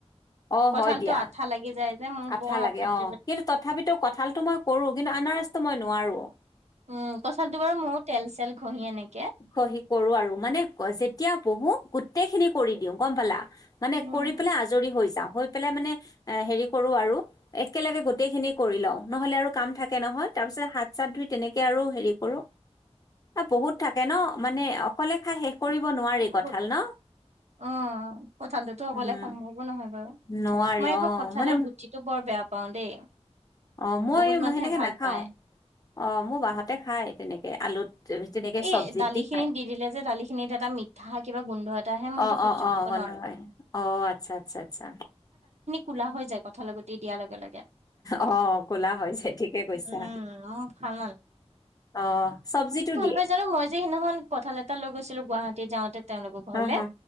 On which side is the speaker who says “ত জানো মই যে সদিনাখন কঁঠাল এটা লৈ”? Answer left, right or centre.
Right